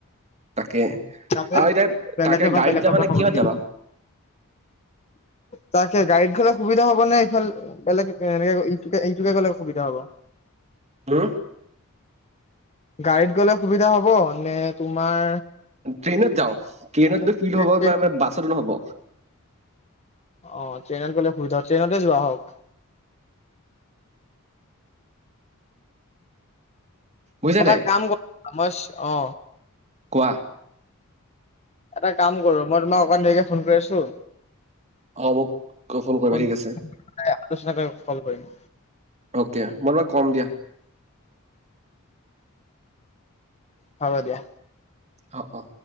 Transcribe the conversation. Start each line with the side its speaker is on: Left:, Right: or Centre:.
Right: তাকে
Left: চা পে
Right: আৰু এতিয়া
Left: বেলেগে
Right: তাকে
Left: পা
Right: গাড়ীত
Left: বেলেগ
Right: যাবা
Left: পা
Right: নে
Left: খাব
Right: কিহত
Left: নিদিও
Right: যাবা
Left: তাকে গাড়ীত গ'লে সুবিধা হব নে ইফাল বেলেগে এনেক ইটোকে ইটোকে গলে সুবিধা হব <inaudible>
Right: মো
Left: গাড়ীত গলে সুবিধা হব নে তোমাৰ
Right: ট্ৰেইনত যাওঁ ট্ৰেইনত গৈ ফিল
Left: ট্ৰেইনত
Right: হ'ব মা মা বাছতো নহ'ব
Left: অ ট্ৰেইনত গলে সুবিধা ট্ৰেইনতে যোৱা হওক
Right: বুজিছা
Left: এটা
Right: নাই
Left: কাম কৰ মইছ অ
Right: কোৱা
Left: এটা কাম কৰো মই তোমাক অকণ দেৰিকে ফোন কৰি আছো
Right: অ' মোক কৰিবা
Left: ফোন
Right: ঠিক আছে
Left: এ আলোচনা কৰি কল কৰিম
Right: অ'কে মই তোমাক কম দিয়া
Left: হ'ব দিয়া
Right: অ অ